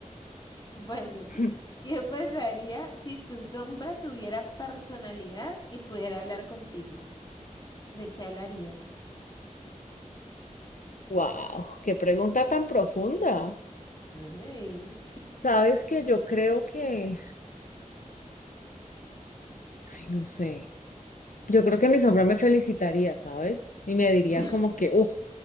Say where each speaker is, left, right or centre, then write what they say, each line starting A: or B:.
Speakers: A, on the left; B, on the left.
A: Bueno,
B: <laughs>
A: ¿qué pasaría si tu sombra tuviera personalidad y pudiera hablar contigo? ¿De qué hablarían?
B: Wow, qué pregunta tan profunda.
A: Ay.
B: Sabes que yo creo que, ay, no sé, yo creo que mi sombra me felicitaría, ¿sabes? Y me diría
A: <laughs>
B: como que, uff,